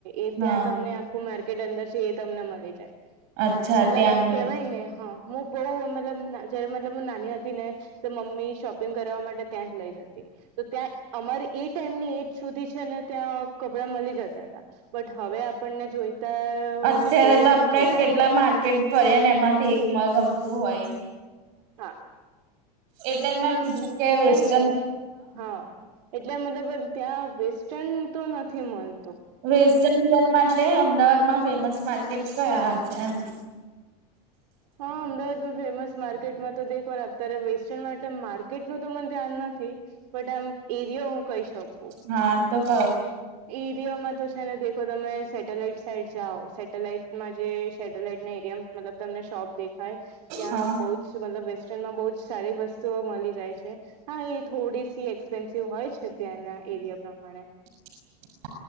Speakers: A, on the right; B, on the right.
A: એ
B: હા
A: ત્યાં તમને આખું માર્કેટ અંદર છે એ તમને મળી જાય
B: અચ્છા
A: મતલબ
B: ત્યાં
A: એમ
B: આગળે
A: કેવાય ને હ હું બહુ મતલબ જયારે મતલબ નાની હતી ને તો મમ્મી શોપિંગ કરવા માટે ત્યાં જ લઈ જતી તો ત્યાં અમારે એ ટાઈમની એજ સુધી છે. ત્યાં કપડા મળી જતા હતા બટ હવે આપણને જોઈતા
B: અત્યારે
A: જોઈએ
B: તો આપણેે
A: છે ને જેવા
B: કેટલા માર્કેટ ફરીએ ને એમાંથી એકમાં ગમતું હોય
A: હા
B: એટલે
A: તો
B: જ મેં
A: એમ
B: પૂછ્યું કે
A: કેવાય
B: વેસ્ટર્ન
A: ને હા એટલે મતલબ ત્યાં વેસ્ટન તો નથી મળ
B: વેસ્ટન માટે અમદાવાદમાં ફેમસ માર્કેટ કયા હશે એમ
A: હા અમદાવાદમાં ફેમસ માર્કેટમાં તો દેખવા અત્યારે વેસ્ટન માટે માર્ માર્કેટ નું તો મને ધ્યાન નથી બટ આમ એરિયો હું કહી શકું
B: હા તો ક
A: એરિયામાં તો છે ને દેખો તમે સેટેલાઈટ સાઈડ જાઓ સેટેલાઈટમાં જે સેટેલાઈટ એમ મતલબ તમને શોપ દેખાય ત્યાં
B: હા
A: બઉ મતલબ વેસ્ટર્ન માં બહુ જ સારી વસ્તુઓ મળી જાય છે. હા એ થોડી સી એક્સપેન્સિવ હોય છે ત્યાંના એરિયા પ્રમાણે.
B: <inaudible>